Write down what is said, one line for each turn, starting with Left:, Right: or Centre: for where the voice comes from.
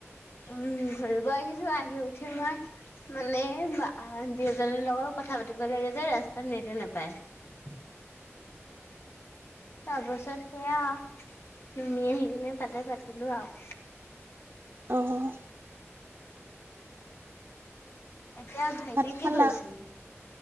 Left: উম, ঘূৰিব আহিছোঁ, আহি উঠি মই মানে, আ দুইজনীৰ লগত কথা পাতিব লাগে যে, ৰাস্তাত নেটে নেপায়।
Right: <inaudible>
Left: তাৰপাছত সেয়া তুমি আহি কিনে তাতে পাতিলো আৰু।
Right: অ',
Left: এতিয়া ভাইটি
Right: ভাত
Left: কি
Right: খালা
Left: কৰিছিল?